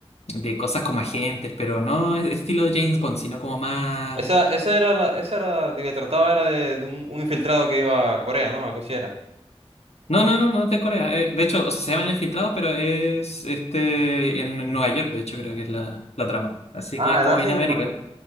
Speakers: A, on the left; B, on the right.
A: de cosas como agentes, pero no es estilo James Bond, sino como más...
B: Esa, esa era la, esa era de que trataba era de, de un, un infiltrado que iba a Corea, ¿no? Algo así era.
A: No, no, no, no es de Corea. Eh, de hecho, o sea, se llama El Infiltrado, pero es este en Nueva York, de hecho creo que es la, la trama. Así
B: Ah,
A: que es como
B: la hacen.
A: viene América.
B: no, bueno.